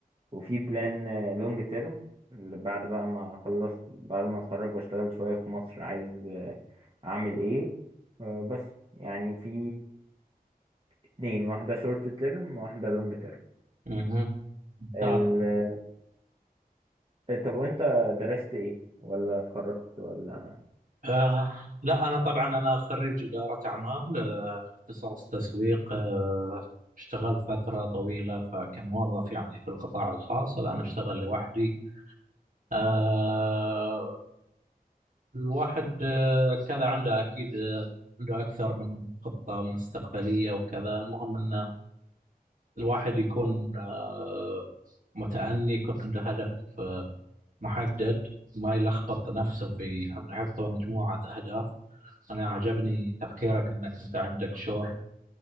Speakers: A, on the right; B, on the right.
A: وفي بلان لونج تيرم بعد بقى ما اخلص بعد ما اتخرج واشتغل شوية في مصر عايز آه، اعمل ايه آه، بس يعني في اتنين واحدة شورت تيرم وواحدة لونج
B: مهم. ممتاز
A: تيرم إيه، طب وانت درست ايه ولا اتخرجت ولا
B: آه لا أنا طبعا أنا خريج إدارة أعمال آه، اختصاص تسويق آه، اشتغلت فترة طويلة فكموظف يعني في القطاع الخاص الآن أشتغل لوحدي آه، الواحد آه، كذا عنده أكيد آه، عنده أكثر من خطة مستقبلية وكذا المهم أن الواحد يكون آه، متأني يكون عنده هدف آه، محدد ما يلخبط نفسه في أنه يحط مجموعة أهداف أنا عجبني تفكيرك أنك أنت عندك شور